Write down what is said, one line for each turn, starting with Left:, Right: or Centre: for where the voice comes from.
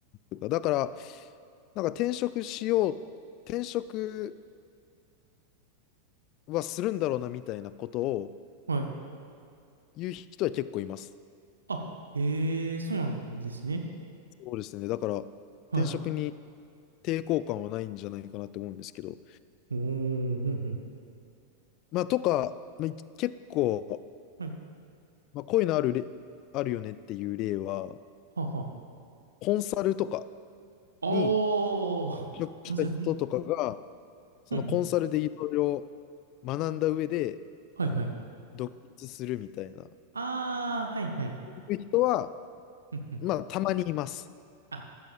Left: というかだから、なんか転職しよう、転職はするんだろうなみたいなことを
Right: う。はい。
Left: 言う人は結構います。
Right: あ、へえ、そうなんですね。
Left: そうですね。だから、転職に
Right: はい。
Left: 抵抗感はないんじゃないかなって思うんですけど。
Right: おー、ほんほん。
Left: まあ、とか、まあ、結構、
Right: はい。
Left: まあ、こういうのあるれ、あるよねっていう例は、
Right: はあはあ。
Left: コンサルとか
Right: おー、
Left: に就職した人とかが、
Right: コンサルね。
Left: そのコンサルでいろいろ
Right: ほんほん。
Left: 学んだ上で
Right: はいはい。
Left: 独立するみたいな、
Right: あー、はいはい。
Left: いう人は、
Right: うんうん。
Left: まあ、たまにいます。
Right: あ、